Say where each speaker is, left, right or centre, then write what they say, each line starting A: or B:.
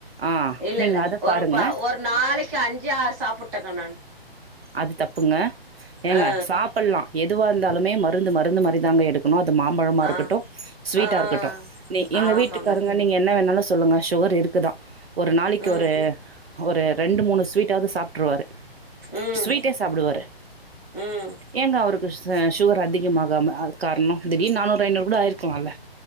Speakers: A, on the right; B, on the right.
A: ஆ
B: இல்லயில்ல
A: நீங்க அத
B: ஒரு
A: பாருங்க
B: பா ஒரு ஒரு நாளைக்கு அஞ்சு ஆறு சாப்புட்டேங்க நானு
A: அது தப்புங்க ஏங்க
B: ஆ
A: சாப்பல்லா எதுவா இருந்தாலுமே மருந்து மருந்து மாதிரிதாங்க எடுக் கணு அது மாம்பழமா இருக்கட்டு
B: ஆ
A: ஸ்வீட்டா
B: ஆ ஆ
A: இருக்கட்டு நீ எங்க
B: ஆமாங்க
A: வீட்டுக்காரங்க நீங்க என்ன வேணாலு சொல்லுங்க சுகர் இருக்குதா ஒரு நாளைக்கு
B: ம்
A: ஒரு ஒரு ரெண்டு மூணு ஸ்வீட்டாவது சாப்ட்ருவாரு
B: ம்
A: ஸ்வீட்டே சாப்புடுவாரு
B: ம்
A: ஏங்க அவருக் ச சுகர் அதிகமாகாம காரணம் திடீர்னு நானூறு ஐநூறு கூட ஆயிருக்கலால